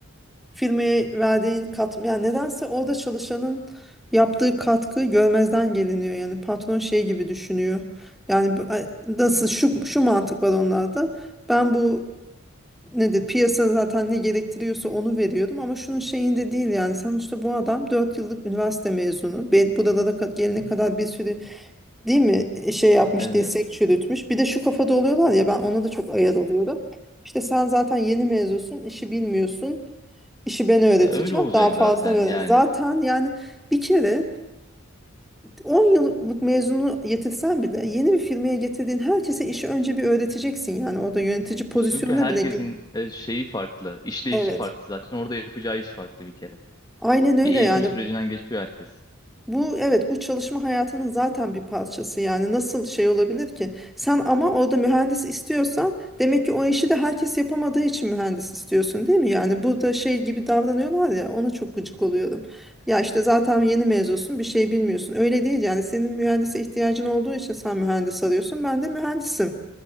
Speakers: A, in the centre; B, on the left.
A: firmaya verdiğin katma yani nedense orada çalışanın yaptığı katkı görmezden geliniyor yani patron şey gibi düşünüyor yani bu- ay, nasıl şu şu mantık var onlarda ben bu nedir piyasa zaten ne gerektiriyorsa onu veriyorum ama şunun şeyinde değil yani sonuçta bu adam 4 yıllık üniversite mezunu ben buralara ka- gelene kadar bir sürü değil mi e, şey yapmış
B: Evet,
A: dirsek çürütmüş bir de şu kafada oluyorlar ya ben ona da çok ayar oluyorum İşte sen zaten yeni mezunsun işi bilmiyorsun İşi ben öğreteceğim.
B: E, öyle olacak
A: Daha fazla
B: zaten
A: öğren.
B: yani.
A: Zaten yani bir kere 10 yıllık mezunu yetirsen bile yeni bir firmaya getirdiğin herkese işi önce bir öğreteceksin. Yani orada yönetici pozisyonuna
B: E, Çünkü herkesin
A: bile gir.
B: e, şeyi farklı, işleyişi
A: Evet.
B: farklı zaten. Orada yapacağı iş farklı bir kere.
A: Aynen öyle
B: Bir eğitim
A: yani.
B: sürecinden geçiyor herkes.
A: Bu evet bu çalışma hayatının zaten bir parçası yani nasıl şey olabilir ki? Sen ama orada mühendis istiyorsan demek ki o işi de herkes yapamadığı için mühendis istiyorsun değil mi? Yani burada şey gibi davranıyorlar ya ona çok gıcık oluyorum. Ya işte zaten yeni mezunsun bir şey bilmiyorsun. Öyle değil yani senin mühendise ihtiyacın olduğu için sen mühendis arıyorsun ben de mühendisim.